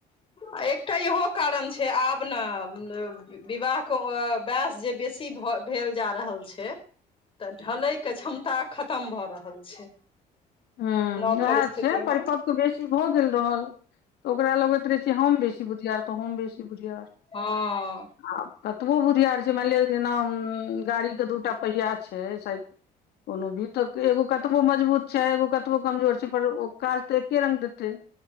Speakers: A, on the left (about 30°); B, on the left (about 70°).
A: आ एकटा इहो कारण छै आब आब नऽ विवाह के वयस जे बेसी भेल जा रहल छै
B: ह <inaudible>
A: तऽ ढलै के क्षमता खतम भऽ रहल छै
B: हूँ
A: नव
B: उएह
A: परिस्थितिमे
B: छै परिपक्व बेसी भऽ गेल रहल तऽ ओकरा लगैत रहै छै हम बेसी बुधियार तऽ हम बेसी बुधियार
A: हँ
B: आ कतबो बुधियार छै मानि लिअ जेना गाड़ीके दूटा पहिया छै साइकि कोनो भी तऽ एगो कतबो मजबूत छै एगो कतबो कमजोर छै पर ओ काज तऽ एके रंग देत तै